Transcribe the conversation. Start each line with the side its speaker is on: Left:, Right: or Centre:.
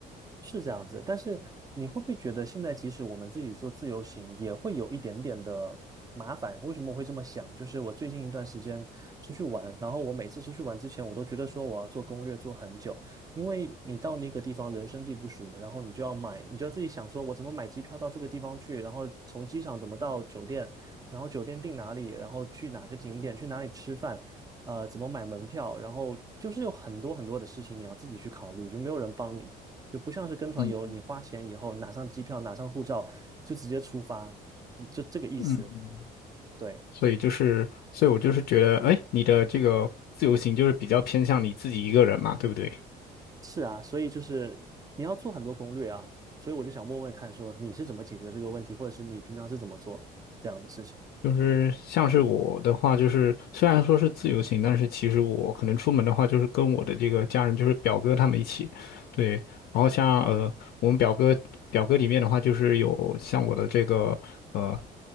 Right: 是这样子，但是你会不会觉得现在即使我们自己做自由行，也会有一点点的麻烦？为什么我会这么想？就是我最近一段时间出去玩，然后我每次出去玩之前，我都觉得说我要做攻略做很久，因为你到那个地方人生地不熟，然后你就要买，你就要自己想说我怎么买机票到这个地方去，然后从机场怎么到酒店，然后酒店订哪里，然后去哪个景点，去哪里吃饭。呃，怎么买门票，然后就是有很多很多的事情你要自己去考虑，就没有人帮你。就不像是跟团游，
Left: 嗯
Right: 你花钱以后拿上机票，拿上护照就直接出发，嗯就这个意思。
Left: 嗯。
Right: 对，
Left: 所以就是，所以我就是觉得，哎，你的这个自由行就是比较偏向你自己一个人嘛，对不对？
Right: 是啊，所以就是你要做很多攻略啊，所以我就想问问看，说你是怎么解决这个问题，或者是你平常是怎么做这样的事情
Left: 就是像是我的话，就是虽然说是自由行，但是其实我可能出门的话，就是跟我的这个家人，就是表哥他们一起，对。然后像呃，我们表哥表格里面的话，就是有像我的这个呃